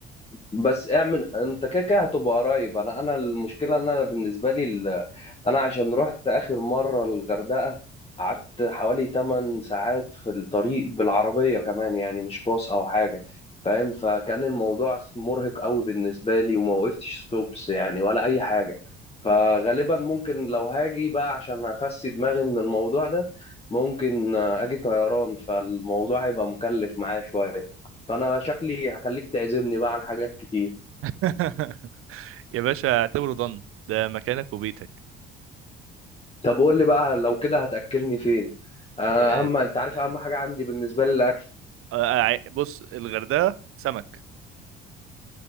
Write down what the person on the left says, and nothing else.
بس اعمل انت كده كده هتبقى قريب انا انا المشكله ان انا بالنسبه لي ال... انا عشان رحت اخر مره الغردقه قعدت حوالي 8 ساعات في الطريق بالعربيه كمان يعني مش باص او حاجه فاهم فكان الموضوع مرهق قوي بالنسبه لي وما وقفتش ستوبس يعني ولا اي حاجه فغالبا ممكن لو هاجي بقى عشان افسي دماغي من الموضوع ده ممكن اجي طيران فالموضوع هيبقى مكلف معايا شويه فانا شكلي هخليك تعزمني بقى على حاجات كتير
طب قول لي بقى لو كده هتاكلني فين آه،
اهم انت
عارف اهم حاجه عندي بالنسبه لي الاكل